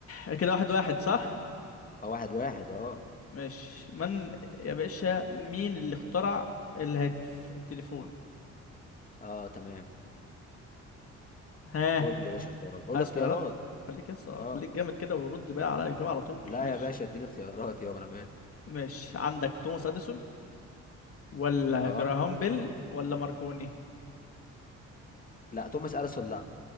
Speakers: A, on the left; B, on the left.
A: آه، كده واحد واحد صح
B: قول. اه واحد واحد اه
A: ماشي من يا باشا مين اللي اخترع الهاتف التليفون
B: اه تمام
A: ها
B: قول لي يا باشا اختيارات قول
A: عايز
B: لي اختيارات
A: خيارات خليك يس خليك
B: اه
A: جامد كده ورد بقى على الإجابة على طول
B: لا
A: ماشي
B: يا باشا اديني اختيارات يابا انا مالي
A: ماشي عندك توماس أديسون ولا
B: اه
A: جراهام بيل ولا ماركوني
B: لا توماس اديسون لا